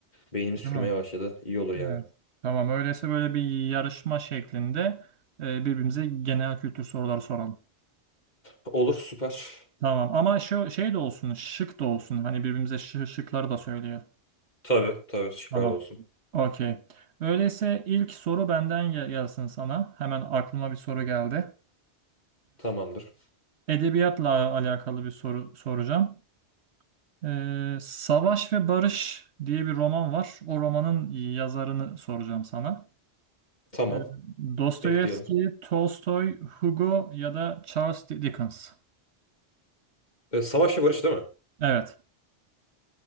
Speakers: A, on the left; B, on the right.
A: beynimiz sürmeye
B: tamam.
A: başladı. İyi olur yani.
B: Evet. Tamam öyleyse böyle bir yarışma şeklinde e, birbirimize genel kültür soruları soralım.
A: Olur süper.
B: Tamam ama şu şey de olsun, şık da olsun. Hani birbirimize şı- şıkları da söyleyelim.
A: Tabii tabii şıklar
B: Tamam.
A: da olsun.
B: Okey. Öyleyse ilk soru benden gel- gelsin sana. Hemen aklıma bir soru geldi.
A: Tamamdır.
B: Ee, edebiyatla alakalı bir soru soracağım. Ee, Savaş ve Barış diye bir roman var. O romanın yazarını soracağım sana.
A: Tamam.
B: Ee, Dostoyevski,
A: Bekliyorum.
B: Tolstoy, Hugo ya da Charles Dickens.
A: Ee, Savaş ve Barış değil mi?
B: Evet,